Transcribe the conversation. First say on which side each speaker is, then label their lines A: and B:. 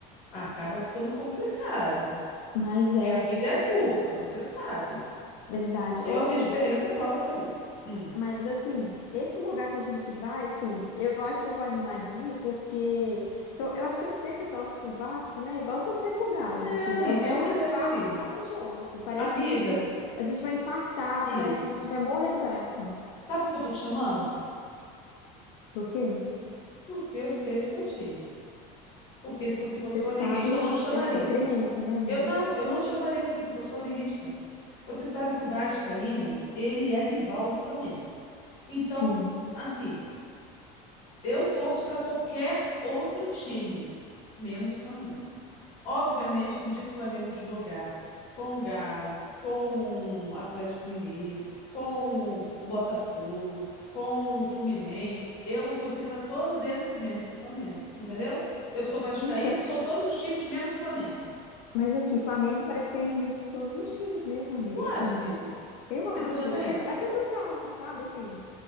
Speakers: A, on the left; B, on the left.
A: Acaba ficando complicado.
B: Mas
A: Porque
B: é
A: a vida é curta, você sabe.
B: verdade.
A: Eu
B: Ô, amiga,
A: tenho experiência prova para isso. Hum.
B: mas assim, esse lugar que a gente vai, assim, eu acho que eu vou animar de ir, porque to- eu acho que eu sei que torce pro Vasco, né? Igual torcer pro Galo,
A: É,
B: minha filha.
A: amiga,
B: É
A: eu
B: é
A: sei.
B: um infarto a cada jogo, assim. Parece
A: Amiga,
B: que a gente vai infartar,
A: isso.
B: parece que a gente vai morrer do coração.
A: Sabe por que eu tô te chamando?
B: Por quê?
A: Porque eu sei o seu time. Porque se você fosse
B: Você
A: flamenguista,
B: sabe
A: eu não te chamaria.
B: que é sofrimento, né, amiga?
A: Eu não, eu não te chamaria se você fosse flamenguista. Você sabe que o Vascaíno, ele é rival do Flamengo. Então,
B: Sim.
A: assim, eu torço para qualquer outro time, menos o Flamengo. Obviamente que no dia que o Flamengo jogar com o Galo, com o Atlético Mineiro, com o Botafogo, com o Fluminense, eu vou torcer para todos eles, menos para o Flamengo. Entendeu? Eu sou vascaína
B: Então,
A: e sou todos os times, menos o Flamengo.
B: mas aqui, Flamengo parece que é inimigo de todos os times mesmo, amiga,
A: Tu
B: assim,
A: acha, amiga?
B: eu acho,
A: É seu também?
B: até, até do Galo, sabe, assim.